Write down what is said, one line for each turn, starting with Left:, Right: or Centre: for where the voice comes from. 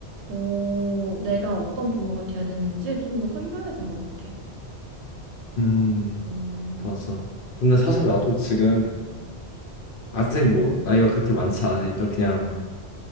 Right: 어 내가 어떤 부모가 돼야 되는지 좀 더 선명해진 것 같아
Left: 음,
Right: 음
Left: 맞아. 근데 사실 나도 지금 아직 뭐 나이가 그렇게 많지 않으니까 그냥